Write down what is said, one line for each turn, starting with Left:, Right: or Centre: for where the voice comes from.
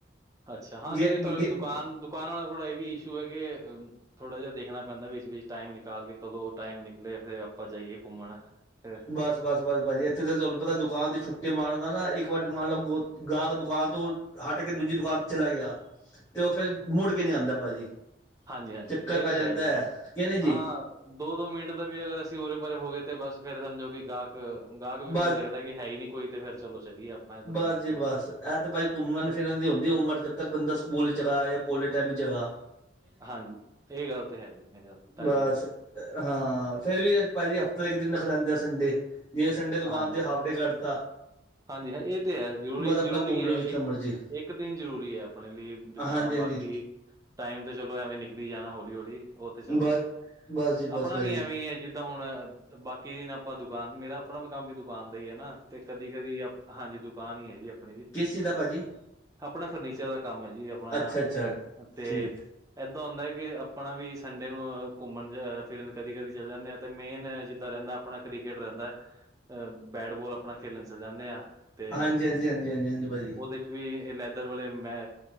Right: ਅੱਛਾ ਹਾਂ
Left: ਗੇ
Right: ਕਿਉਂਕਿ ਤੁ
Left: ਗੇ
Right: ਦੁਕਾਨ। ਦੁਕਾਨ ਵਾਲਾ ਥੋੜਾ ਇਹ ਵੀ ਇਸ਼ੂ ਐ ਕੇ ਅਮ ਥੋੜਾ ਜਿਹਾ ਦੇਖਣਾ ਪੈਂਦੈ ਵਿੱਚ ਵਿੱਚ ਟਾਈਮ ਨਿਕਾਲ ਕੇ ਕਦੋਂ। ਟਾਈਮ ਨਿਕਲੇ ਫੇਰ ਆਪਾਂ ਜਾਈਏ। ਘੁੰਮਣ, ਫਿਰ
Left: ਬਸ। ਬਸ ਬਸ ਭਾਜੀ ਇੱਥੇ ਤਾਂ ਤੁਹਾਨੂੰ ਪਤੈ ਦੁਕਾਨ ਤੇ ਛੁੱਟੀ ਮਾਰਨ ਦਾ ਨਾ ਇੱਕ ਵਾਰ ਮੰਨ ਲਓ ਗ ਗਾਹਕ ਦੁਕਾਨ ਤੋਂ। ਹਟ ਕੇ ਦੂਜੀ ਦੁਕਾਨ ਤੇ ਚਲਾ ਗਿਆ ਤੇ ਉਹ ਫੇਰ ਮੁੜ ਕੇ ਨੀ ਆਂਦਾ ਭਾਜੀ।
Right: ਹਾਂਜੀ ਹਾਂਜੀ
Left: ਚੱਕਰ
Right: ਇਹ
Left: ਪੈ
Right: ਤੇ
Left: ਜਾਂਦਾ
Right: ਹੈ ਇਹ ਤੇ
Left: ਕਿ ਨਹੀਂ ਜੀ
Right: ਹਾਂ ਦੋ ਦੋ ਮਿੰਟ ਤੇ ਵੀ ਅਗਰ ਅਸੀਂ ਉਰੇ ਪਰੇ ਹੋ ਗਏ ਤੇ ਬਸ ਫੇਰ ਸਮਝੋ ਕਿ ਗਾਹਕ ਗਾਹਕ ਵੀ ਫੇਰ
Left: ਬਸ
Right: ਦੇਖ ਕਿ ਹੈ ਈ ਨੀ ਕੋਈ ਤੇ ਫੇਰ ਚਲੋ ਚਲੀਏ ਆਪਾਂ ਇੱਧਰੋਂ
Left: ਬਸ
Right: ਨਿਕਲੀਏ
Left: ਜੀ ਬਸ ਇਹ ਤੇ ਭਾਈ ਘੁੰਮਣ ਫਿਰਨ ਦੀ ਹੁੰਦੀ ਏ ਉਮਰ ਜਦ ਤੱਕ ਬੰਦਾ ਸਕੂਲ ਚ ਗਾ ਜਾਂ ਕੋਲੇਜ ਟਾਈਮ ਚ ਗਾ
Right: ਹਾਂਜੀ ਇਹ ਗੱਲ ਤੇ ਹੈ ਜੀ ਮੇਰੇ ਨਾਲ ਤੁਹਾਡੀ
Left: ਬਸ
Right: ਗੱਲ ਸਹੀ
Left: ਹਾਂ ਫੇਰ ਵੀ ਭਾਜੀ ਹਫ਼ਤਾ ਇੱਕ ਦਿਨ ਰੱਖ ਲੇਂਦੇ ਆ ਸੰਡੇ ਜੇ ਸੰਡੇ ਦੁਕਾਨ
Right: ਹਾਂਜੀ,
Left: ਤੇ ਹਾਫ ਡੇ ਕਰ ਤਾ
Right: ਹਾਂਜੀ ਹਾਂ ਇਹ ਤੇ ਹੈ ਜ਼ਰੂਰੀ ਜ਼ਰੂਰੀ
Left: ਆਪਣਾ ਘੁੰਮ ਲਓ
Right: ਹੈ
Left: ਜਿੱਥੇ
Right: ਇਹ
Left: ਮਰਜ਼ੀ
Right: ਇੱਕ ਦਿਨ ਜ਼ਰੂਰੀ ਹੈ ਆਪਣੇ ਲਈ ਬਿਤਾਣਾ
Left: ਹਾਂਜੀ ਹਾਂਜੀ
Right: ਬਾਕੀ ਟਾਈਮ ਤੇ ਚਲੋ ਐਵੇਂ ਨਿਕਲੀ ਜਾਣਾ ਹੌਲੀ ਹੌਲੀ ਉਹ ਤੇ ਚਲੋ
Left: ਬਸ ਬਸ ਜੀ
Right: ਆਪਣਾ
Left: ਬਸ ਭਾਜੀ
Right: ਵੀ ਐਵੇਂ ਈ ਐ। ਤਾਂ ਹੁਣ ਬਾਕੀ ਦਿਨ ਆਪਾਂ ਦੁਕਾਨ ਮੇਰਾ ਆਪਣਾ ਵੀ ਕੰਮ ਵੀ ਦੁਕਾਨ ਦਾ ਹੀ ਹੈ ਨਾ ਤੇ ਕਦੇ ਕਦੀ ਕਦੀ ਹਾਂਜੀ ਦੁਕਾਨ ਹੀ ਹੈ ਜੀ ਆਪਣੀ ਵੀ
Left: ਕਿਸ ਚੀਜ਼ ਦਾ ਭਾਜੀ
Right: ਆਪਣਾ ਫਰਨੀਚਰ ਦਾ ਕੰਮ ਹੈ ਜੀ ਆਪਣਾ
Left: ਅੱਛਾ ਅੱਛਾ
Right: ਤੇ
Left: ਠੀਕ
Right: ਇਏਦਾਂ ਹੁੰਦਾ ਹੈ ਕਿ ਆਪਣਾ ਵੀ ਸੰਡੇ ਨੂੰ ਘੁੰਮਣ-ਫਿਰਨ ਕਦੀ-ਕਦੀ ਚੱਲ ਜਾਂਦੇਆ। ਤੇ ਮੇਨ ਜਿੱਦਾਂ ਰਹਿੰਦਾ ਆਪਣਾ ਕ੍ਰਿਕਟ ਰਹਿੰਦਾ ਅਹ ਬੈਟਬੋਲ ਆਪਣਾ ਖੇਲਣ ਚਲੇ ਜਾਂਦੇ ਆ। ਤੇ
Left: ਹਾਂਜੀ ਹਾਂਜੀ ਹਾਂਜੀ ਹਾਂਜੀ ਹਾਂਜੀ ਭਾਜੀ
Right: ਉਹਦੇ ਚ ਵੀ ਲੈਦਰ ਵਾਲੇ ਮੈਂ